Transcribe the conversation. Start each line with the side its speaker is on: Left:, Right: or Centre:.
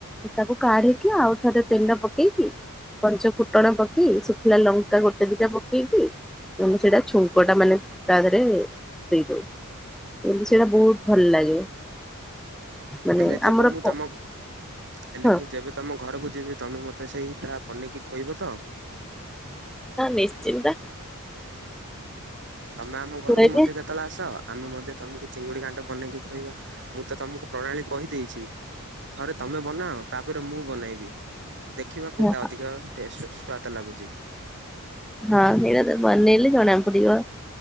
Centre: ତାକୁ କାଢିକି ଆଉ ଥରେ ତେଲ ପକେଇକି ପଞ୍ଚ ଫୁଟଣ ପକେଇ ଶୁଖିଲା ଲ ଲଙ୍କା ଗୋଟେ ଦିଇଟା ପକେଇକି ତ ସେଇଟା
Right: ହଁ
Centre: ଛୁଙ୍କଟା ମାନେ ତା ଦେହରେ ଦେଇଦଉ, କିନ୍ତୁ ସେଇଟା ବହୁତୁ ଭଲ ଲାଗେ। ମାନେ
Right: ହେଲେ ଯେବେ
Centre: ଆମର
Right: ମୁଁ
Centre: ପ
Right: ତମ ଘ ହେଲେ
Centre: ହଁ।
Right: ମୁଁ ଯେବେ ତମ ଘରକୁ ଯିବି ତମେ ମତେ ସେଇଟା ବନେଇକି ଖଇବ ତ।
Centre: ହଁ ନିଶ୍ଚିନ୍ତ।
Right: ତମେ ଆମ ଘରକୁ
Centre: କହିବେ
Right: ମଧ୍ୟ କେତ କେତେଳେ ଆସ ଆମେ ମେ ତମକୁ ଚିଙ୍ଗୁଡି ଘାଣ୍ଟ ବନେଇକି ଖୁଆଇବା ମୁଁ ତ ତମକୁ ପ୍ରଣାଳୀ କହିଦେଇଛି। ଥରେ ତମେ ବନାଅ, ତାପରେ ମୁଁ ବନେଇବି। ଦେଖିବା କୋଉଟା
Centre: ହଁ
Right: ଅଧିକ ଟେଷ୍ଟ୍ ସ୍ଵାଦ ଲାଗୁଚି।
Centre: ହଁ ସେଟା ତ ବନେଇଲେ ଜଣା ପଡିବ।